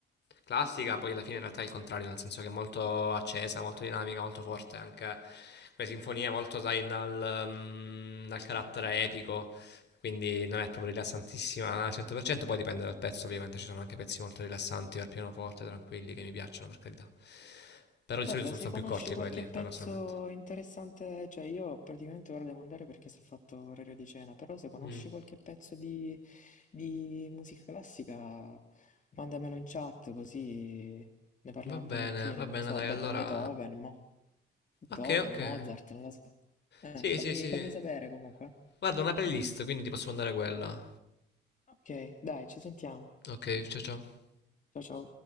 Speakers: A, on the left; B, on the left.
A: classica, poi alla fine in realtà è il contrario, nel senso che è molto accesa, molto dinamica, molto forte, anche le sinfonie molto, sai, dal, mm, dal carattere epico, quindi non è proprio rilassantissima al 100%, poi dipende dal pezzo, ovviamente ci sono anche pezzi molto rilassanti per pianoforte, tranquilli, che mi piacciono, per carità. Però di
B: Guarda,
A: solito sono,
B: se
A: sono
B: conosci
A: più corti
B: qualche
A: quelli,
B: pezzo
A: paradossalmente.
B: interessante, cioè io praticamente ora devo andare perché si è fatto orario di cena, però se conosci
A: Mm.
B: qualche pezzo di, di musica classica, mandamelo in chat così ne parliamo
A: Va
B: un pochettino,
A: bene, va
B: non
A: bene,
B: so,
A: dai,
B: Be-
A: allora
B: Beethoven, mo. Beethoven,
A: Okay, okay.
B: Mozart, non lo so. Eh,
A: Sì,
B: fammi
A: sì, sì,
B: fammi
A: sì.
B: sapere comunque.
A: Guarda, una playlist, quindi ti posso mandare quella.
B: Ok, dai, ci sentiamo.
A: Okay, ciao, ciao.
B: Ciao ciao.